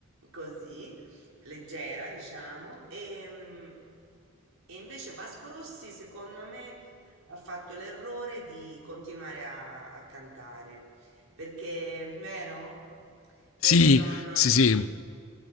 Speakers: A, on the right (about 75°); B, on the left (about 70°).
A: così, leggera, diciamo. E, mm, e invece Vasco Rossi, secondo me ha fatto l'errore di continuare a, a cantare, perché, vero? Perché
B: Sì,
A: non, non-
B: sì, sì,